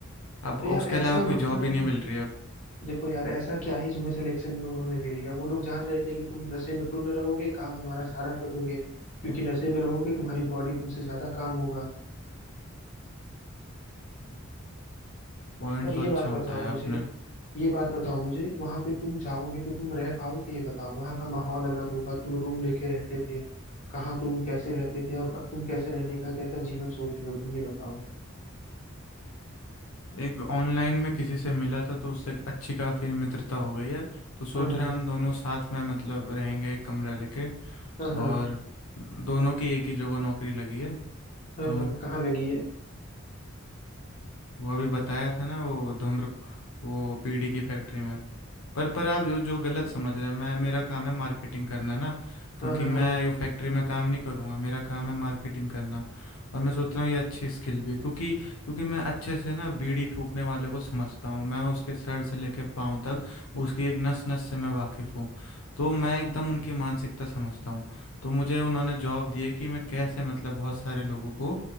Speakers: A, on the left; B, on the left.
A: अब
B: तो
A: उसके
B: यार
A: अलावा
B: ऐसा
A: कोई
B: मतलब
A: जॉब ही नहीं मिल रही है अब
B: देखो यार ऐसा क्या ही तुम्हें सिलेक्शन में उन्होंने ले लिया वो लोग जान रहे थे कि तुम नशे में टुन रहोगे काम हमारा सारा करोगे क्योंकि नशे में रहोगे तुम्हारी बॉडी तुमसे ज्यादा काम होगा
A: पॉइंट
B: पर
A: तो
B: ये
A: अच्छा
B: बात बताओ
A: उठाया
B: मुझे
A: आपने
B: ये बात बताओ मुझे वहां पे तुम जाओगे तो तुम रह पाओगे ये बताओ वहां का माहौल अलग होगा तुम रूम लेके रहते थे कहाँ तुम कैसे रहते थे अब अब तुम कैसे रहने का कैसा जीवन सोच रहे हो तुम ये बताओ
A: एक ऑनलाइन में किसी से मिला था तो उससे अच्छी काफ़ी मित्रता हो गई है तो सोच
B: हाँ हाँ
A: रहे हैं हम दोनों साथ में मतलब रहेंगे एक कमरा लेके
B: हाँ हाँ
A: और दोनों की एक ही जगह नौकरी लगी है
B: हाँ
A: तो
B: हाँ कहाँ लगी है
A: वो अभी बताया था ना वो धूम्र वो बीड़ी की फैक्ट्री में पर पर आप जो जो गलत समझ रहे हैं मैं मेरा काम है मार्केटिंग करना ना क्योंकि
B: हाँ हाँ
A: मैं
B: हाँ
A: फैक्ट्री में काम नहीं करूँगा मेरा काम है मार्केटिंग करना और मैं सोच रहा हूँ ये अच्छी स्किल भी है क्योंकि क्योंकि मैं अच्छे से ना बीड़ी फूकने वाले को समझता हूँ मैं उसके सर से लेके पाँव तक उसकी एक नस नस से मैं वाकिफ़ हूँ तो मैं एकदम उनकी मानसिकता समझता हूँ तो मुझे उन्होंने जॉब दी है कि मैं कैसे मतलब बहुत सारे लोगों को